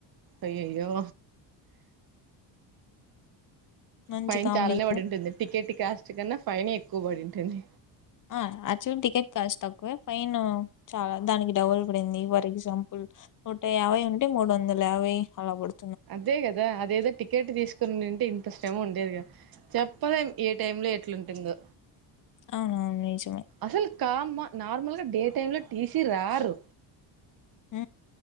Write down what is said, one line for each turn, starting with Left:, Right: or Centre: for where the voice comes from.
Right: అయ్యయ్యో
Left: మంచి
Right: ఫైన్
Left: కామెడీ
Right: చాలానే పడింటుంది పి కెట్ కాస్ట్ కన్నా ఫైనే ఎక్కువ పడింటుంది
Left: ఆ అచు టికెట్ కాష్ట్ త క్కువే ఫైన్ చాలా దానికి డబుల్ పడింది ఫర్ ఎగ్జాంపుల్ నూట యాభై ఉంటే మూడు వందల యాభై అలా పడు
Right: అదే కదా అదేదో టికెట్ తీసుకొనివునింటే ఇంత శ్రమ ఉండేదిగా చెప్పలేం ఏ టైం లో ఎట్లుంటుందో
Left: అవునువును నజు
Right: అసలు కామ్మా నార్మల్గా డే టైమ్ లో టీసీ రారు
Left: ఆ